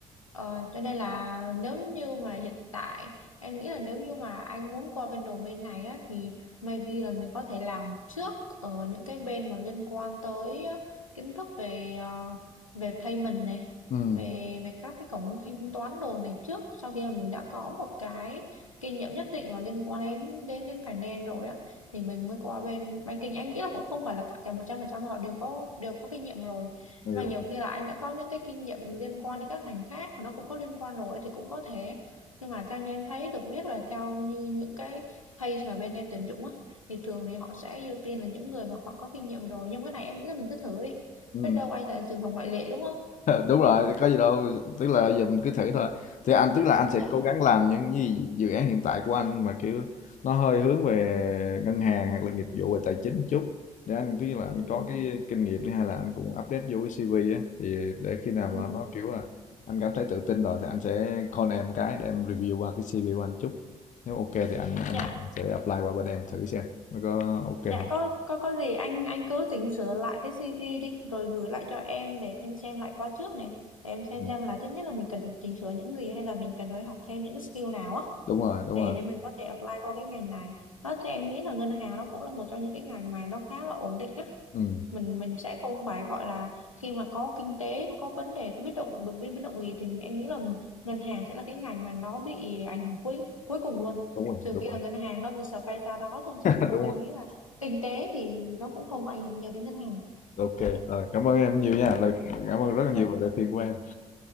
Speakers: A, on the left (about 80°); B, on the left (about 50°).
A: Ờ, cho nên là nếu như mà hiện tại em nghĩ là nếu như mà anh muốn qua bên domain này á, thì maybe là mình có thể làm trước ở những cái bên mà liên quan tới ờ, kiến thức về ờ, về payment này
B: ừ,
A: về về các cái cổng thanh toán đồ này trước sau khi mà mình đã có một cái kinh nghiệm nhất định mà liên quan đến đến đến finance rồi á thì mình mới qua bên banking anh nghĩ là cũng không phải là tất cả 100% họ đều có đều có kinh nghiệm rồi
B: hiểu.
A: mà nhiều khi là anh đã có những cái kinh nghiệm liên quan đến các ngành khác mà nó cũng có liên quan rồi thì cũng có thể nhưng mà theo như em thấy được biết là theo như những cái case mà bên em tuyển dụng á thì thường thì họ sẽ ưu tiên là những người mà họ có kinh nghiệm rồi nhưng cái này em nghĩ là mình cứ thử đi
B: ừ.
A: biết đâu anh lại trường hợp ngoại lệ đúng không
B: đúng rồi có gì đâu tức là giờ mình cứ thử thôi thì anh tức là anh sẽ
A: Dạ.
B: cố gắng làm những gì dự án hiện tại của anh mà kiểu nó hơi hướng về ngân hàng hoặc là nghiệp vụ về tài chính một chút để anh tức là anh
A: Ừ.
B: có cái kinh nghiệm đi hay là anh cũng update vô cái CV á thì để khi nào
A: Ừ.
B: mà nó kiểu là anh cảm thấy tự tin rồi thì anh sẽ call em cái để em review qua cái CV của anh chút nếu ok thì anh anh
A: Dạ
B: sẽ apply qua bên em thử xem nó có ok
A: Dạ
B: không
A: có có có gì anh anh cứ chỉnh sửa lại cái CV đi rồi gửi lại cho em để em xem lại qua trước này để em xem
B: Ừ,
A: xem là thứ nhất là mình cần chỉnh sửa những gì hay là mình cần phải học thêm những skill nào á
B: đúng rồi đúng
A: để
B: rồi
A: để mình có thể apply qua cái ngành này. Đó thì em nghĩ là ngân hàng nó cũng là một trong những cái ngành mà nó khá là ổn định á.
B: ừ,
A: Mình mình sẽ không phải gọi là khi mà có kinh tế nó có vấn đề có biến động được biến biến động gì thì em nghĩ là ngân hàng sẽ là cái ngành mà nó bị ảnh hưởng cuối cuối cùng luôn.
B: đúng rồi
A: Trừ
B: đúng
A: khi
B: rồi
A: là ngân hàng nó bị sập hay sao đó thôi
B: <laughs>
A: chứ còn không
B: đúng
A: em
B: rồi
A: nghĩ là kinh tế thì nó cũng không có ảnh hưởng nhiều đến ngân hàng
B: ok
A: dạ
B: Rồi, cảm ơn em nhiều nha lời cảm ơn rất
A: dạ
B: là nhiều về lời khuyên của em